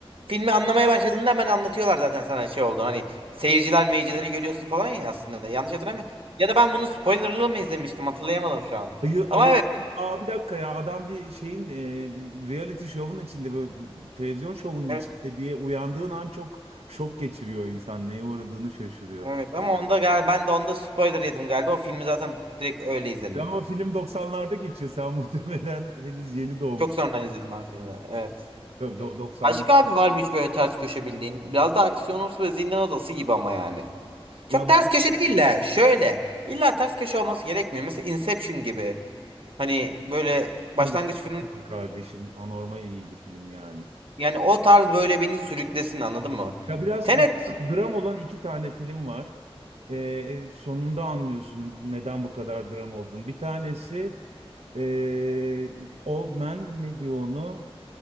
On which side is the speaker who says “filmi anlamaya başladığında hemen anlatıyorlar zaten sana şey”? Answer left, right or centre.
Right